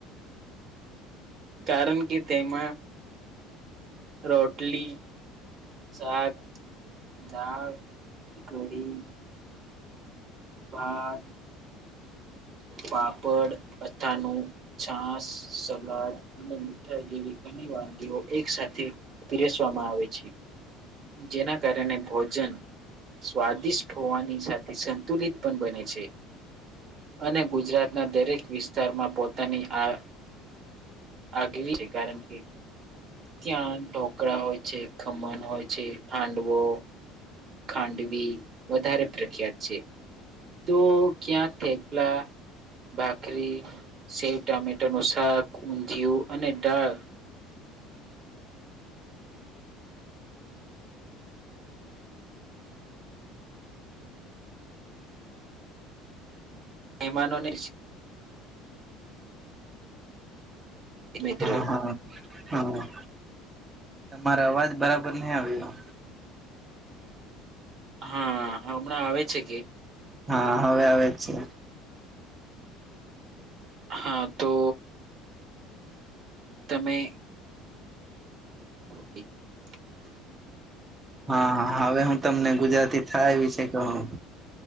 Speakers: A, on the right (about 35°); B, on the right (about 20°).
A: કારણ કે તેમાં રોટલી સાાક દાળ કઢડી ભત
B: હ <inaudible>
A: પાપડ અથાણું છાસ સલાદ અને મીઠાઈ જેવી ઘણી વા ી એક સાથે પીરેસવામાં આવે છે જેના કારણે ભોજન સ્વાદિષ્ટ હોવાની સાથે સંતુલિત પણ બને છે અને ગુજરાતના દરેક વિસ્તારમાં પોતાની આ આગવી છે કારણ કે ત્યાં ઢોકળા હોય છે ખમણ હોય છે હાડવો ખાંડવી વધારે પ્રખ્યાત છે તું ક્યાંક થ પલા ભાખરી શેવ ટામેટાનુંશાક ઊંધિયુ અને દાળ મહેમાનોને મિત્ર
B: હા હા હા. તમારો અવાજ બરાબર નહી આવ્યો.
A: હા હમણાં આવે છે, કે.
B: હા હવે આવે જ છે.
A: હા તો. તમે. ઓકેકે <unintelligible>
B: હા હા હવે હું તમને ગુજરાતી થાય વિશે કહું.